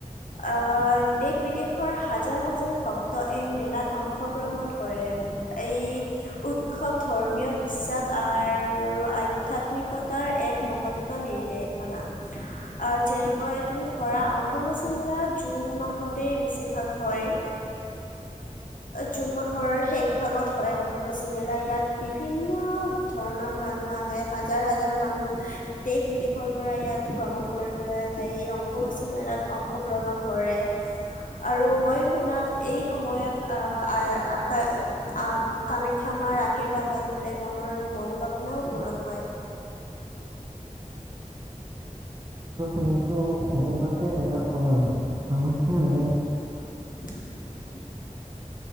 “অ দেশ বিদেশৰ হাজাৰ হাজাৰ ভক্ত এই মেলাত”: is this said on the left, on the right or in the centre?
Left